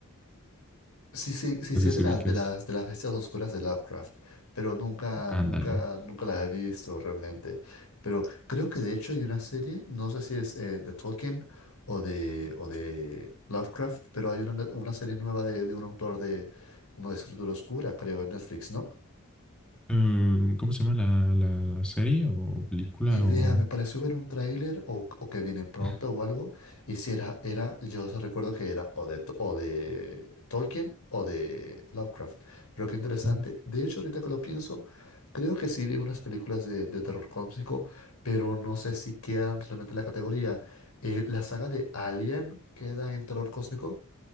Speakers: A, on the left; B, in the centre.
A: Sí, sí, sí,
B: No
A: sé
B: sé si
A: de las,
B: ubiques.
A: de las, de las bestias oscuras de Lovecraft, pero nunca,
B: Ándale.
A: nunca, nunca las he visto realmente. Pero creo que de hecho hay una serie, no sé si es eh, de Tolkien o de, o de Lovecraft, pero hay una, una serie nueva de, de un autor de, como de escritura oscura, creo, en Netflix, ¿no?
B: Mm, ¿Cómo se llama la, la- la serie o película?
A: Ni idea,
B: O...
A: me pareció ver un tráiler o, o que viene pronto
B: <laughs>
A: o algo. Y si era, era, yo recuerdo que era o de, T- o de Tolkien o de Lovecraft. Pero qué interesante.
B: Mm.
A: De hecho, ahorita que lo pienso, creo que sí vi unas películas de, de terror cósmico, pero no sé si quedan realmente en la categoría. Eh, la saga de Alien queda en terror cósmico.